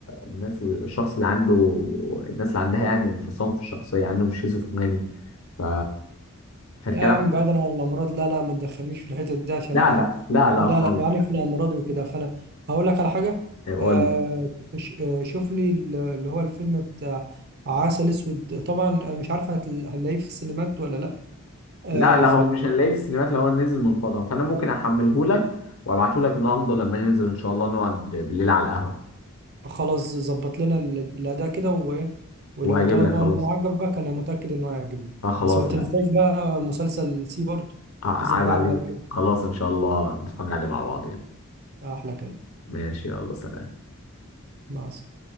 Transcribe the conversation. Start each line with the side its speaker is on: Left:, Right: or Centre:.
Left: الناس الشخص اللي عنده الناس اللي عندها يعني انفصام في الشخصية عندهم شيزوفرينيا ف فالكلام
Right: لا يا عم بعيدا عن الامراض لا لا ما تدخلنيش في الحتت دي عشان
Left: لا
Right: انا
Left: لا لا لا
Right: لا
Left: خالص
Right: لا بعاني من امراض وكده فانا هقول لك على حاجه
Left: يقول
Right: آه ش- آه، شوف لي ال- اللي هو الفيلم بتاع عسل اسود طبعا آه، مش عارف هتل- هنلاقيه في السينمات ولا لا آه
Left: لا لا هو مش هنلاقيه في السينمات لو هو نزل منقطع فأنا ممكن أحمله لك وأبعته لك النهاردة لما ننزل إن شاء الله نقعد بالليل على القهوة
Right: فخلاص ظبط لنا ال- الاداء كده وايه ولو
Left: وهجيب
Right: طالما
Left: لك خلاص
Right: انه عجبك انا متاكد انه هيعجبني
Left: أه خلاص
Right: بس ما تنساش
Left: ه-
Right: بقى مسلسل سي برضه
Left: عيب
Right: لازم تعدي
Left: عليك
Right: عليه كده
Left: خلاص إن شاء الله نتفرج عليه مع بعضين
Right: احلى كلام
Left: ماشي يلا سلام
Right: مع السلامه